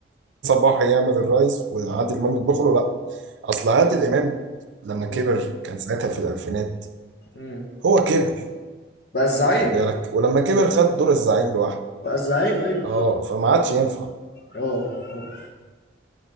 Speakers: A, on the right (about 75°); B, on the left (about 55°).
A: صباح يعمل الريس وعادل امام يطبخ له لا اصل عادل امام لما
B: اه
A: كبر كان ساعتها في الالفينات
B: أمم.
A: هو كبر
B: بقى الزعيم
A: خد بالك ولما كبر خد دور الزعيم لوحده
B: بقى الزعيم ايوه
A: اه فما عادش ينفع
B: اه اه